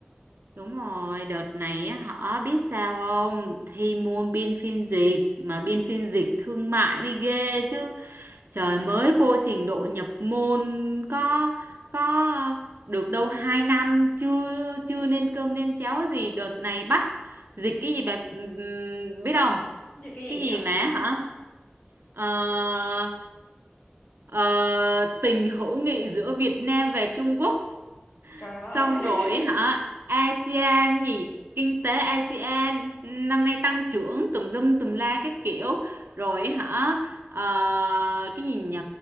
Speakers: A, on the right; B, on the left.
A: đúng rồi đợt này á, họ biết sao không thi môn biên phiên dịch mà biên phiên dịch thương mại mới ghê chứ Trời mới vô trình độ nhập môn có có được đâu hai năm chưa chưa nên cơm nên cháo gì đợt này bắt dịch cái gì bà ừm, biết không
B: gì cái gì
A: cái gì
B: vậy
A: mà hả Ờ, ờ, tình hữu nghị giữa Việt Nam và Trung Quốc
B: trời ơi
A: Xong rồi hả?
B: <laughs>
A: ASEAN gì? Kinh tế ASEAN năm nay tăng trưởng tùm lum tùm la các kiểu. Rồi hả? Ờ, cái gì nhỉ?